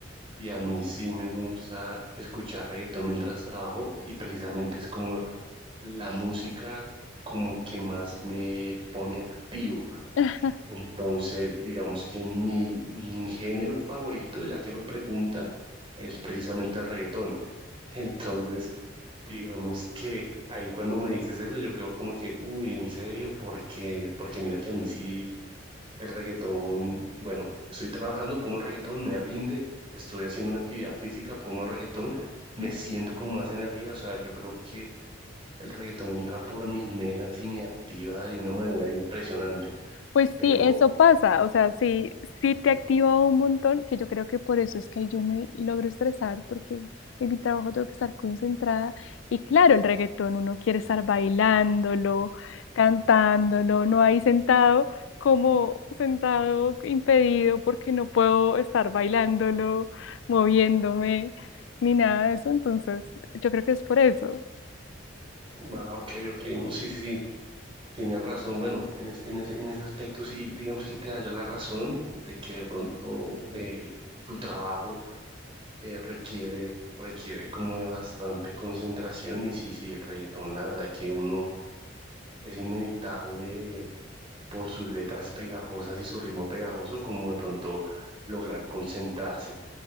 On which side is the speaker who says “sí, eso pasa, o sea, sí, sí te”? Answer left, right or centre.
Left